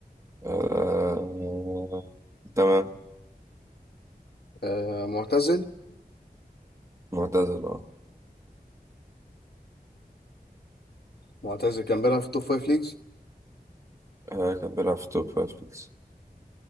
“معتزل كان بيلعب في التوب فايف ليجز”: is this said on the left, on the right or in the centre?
Left